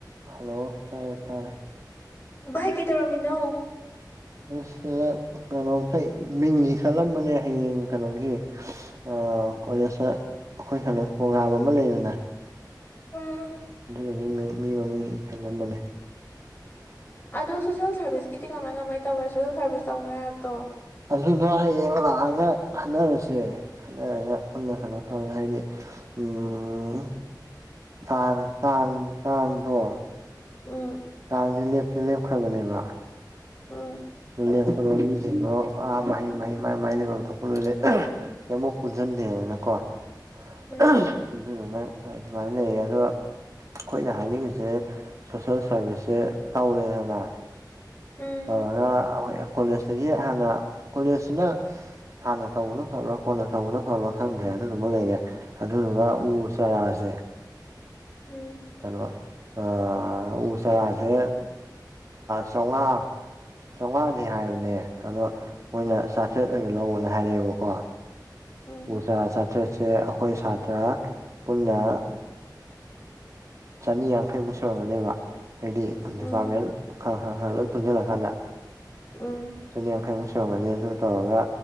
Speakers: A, on the right; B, on the left.
A: Hello ꯇꯥꯔꯦ ꯇꯥꯔꯦ
B: ꯚꯥꯏ ꯀꯩ ꯗꯧꯔꯝꯃꯤꯅꯣ
A: ꯑꯁ ꯀꯩꯅꯣꯝꯇ ꯃꯤꯡ ꯏꯈꯠꯂꯝꯕꯅꯦ ꯍꯌꯦꯡ ꯀꯩꯅꯣꯒꯤ ꯑꯣ ꯀꯣꯂꯦꯖꯇ ꯑꯩꯈꯣꯏ ꯁꯩꯅ ꯄ꯭ꯔꯣꯒ꯭ꯔꯥꯝ ꯑꯃ ꯂꯩꯗꯅ
B: ꯎꯝ
A: ꯑꯗꯨ ꯃꯤ ꯃꯃꯤꯡ ꯏ ꯈꯥꯒꯟꯕꯅꯦ
B: ꯑꯗꯣ ꯁꯣꯁꯦꯜ ꯁꯥꯔꯚꯤꯁꯀꯤꯗꯤ ꯀꯃꯥꯏ ꯀꯃꯥꯏꯅ ꯇꯧꯅꯦ ꯁꯣꯁꯦꯜ ꯁꯥꯔꯚꯤꯁ ꯇꯧꯅꯦ ꯍꯥꯏꯕꯗꯣ
A: ꯑꯗꯨꯅ ꯍꯌꯦꯡ ꯂꯥꯛꯑꯒ ꯈꯟꯅꯔꯁꯦ ꯈꯟꯅꯔꯒ ꯄꯨꯟꯅ ꯈꯟꯅꯣ ꯇꯧꯔꯦ ꯍꯥꯏꯗꯤ ꯎꯝ ꯇꯥꯡ ꯇꯥꯡ ꯇꯥꯡꯗꯣ
B: ꯎꯝ
A: ꯆꯥꯡꯗꯤ ꯂꯦꯞꯇꯤ ꯂꯦꯞꯈ꯭ꯔꯕꯅꯦꯕ
B: ꯎꯝ
A: ꯂꯣꯏꯂꯦꯣ ꯃꯤꯁꯤꯡꯗꯣ ꯑꯥ ꯃꯍꯩ ꯃꯍ ꯃꯥꯏ ꯂꯩ ꯊꯣꯛꯄ ꯂꯣꯏꯂꯦ ꯀꯩꯃꯨꯛ ꯄꯨꯟꯁꯤꯟꯗꯦꯗꯅꯀꯣꯗꯨꯅ
B: ꯎꯝ
A: ꯑꯗꯨꯃꯥꯏꯅ ꯂꯩꯌꯦ ꯑꯗꯨꯒ ꯑꯩꯈꯣꯏꯅ ꯍꯥꯏꯅꯤꯡꯉꯤꯁꯦ ꯁꯣꯁꯦꯜ ꯁꯥꯔꯚꯤꯁꯁꯦ ꯇꯧꯔꯦꯅ
B: ꯎꯝ
A: ꯇꯧꯔꯒ ꯑꯩꯈꯣꯏ ꯀꯣꯂꯦꯖꯇꯒꯤ ꯍꯥꯟꯅ ꯀꯣꯂꯦꯖꯁꯤꯅ ꯍꯥꯟꯅ ꯇꯧꯕꯅ ꯐꯕ꯭ꯔꯥ ꯀꯣꯟꯅ ꯇꯧꯕꯅ ꯐꯕ꯭ꯔꯥ ꯈꯪꯗ꯭ꯔꯦ ꯑꯗꯨꯗꯨꯃ ꯂꯩꯔꯦ ꯑꯗꯨꯗꯨꯒ ꯎ ꯆꯥꯔꯥꯁꯦ
B: ꯎꯝ
A: ꯀꯩꯅꯣ ꯑ ꯎ ꯆꯥꯔꯥꯁꯦ ꯎ ꯆꯥꯝꯃꯉꯥ ꯆꯧꯉꯥꯅꯤ ꯍꯥꯏꯕꯅꯦ ꯑꯗꯣ ꯃꯣꯏꯅ ꯆꯥꯇ꯭ꯔꯦꯠ ꯑꯣꯏꯅ ꯂꯧꯧꯕꯅ ꯍꯥꯏꯔꯛꯑꯦꯕꯀꯣ
B: ꯎꯝ
A: ꯑꯣꯁꯥ ꯆꯥꯇ꯭ꯔꯦꯠ ꯁꯦ ꯑꯩꯈꯣꯏ ꯁꯥꯇ꯭ꯔ ꯄꯨꯟꯅ ꯆꯅꯤ ꯌꯥꯡꯈꯩꯃꯨꯛ ꯁꯧꯨꯔꯝꯒꯅꯦꯕ ꯍꯥꯏꯗꯤ
B: ꯎꯝ
A: ꯗꯤꯄꯥꯔꯠꯃꯦꯟ ꯈꯔ ꯈꯔ ꯈꯔ ꯂꯣꯏ ꯄꯨꯟꯁꯤꯜꯂꯀꯥꯟꯗ
B: ꯎꯝ
A: ꯆꯅꯤ ꯌꯥꯡꯈꯩꯃꯨꯛ ꯁꯨꯔꯝꯒꯅꯤ ꯑꯗꯨ ꯇꯧꯔꯒ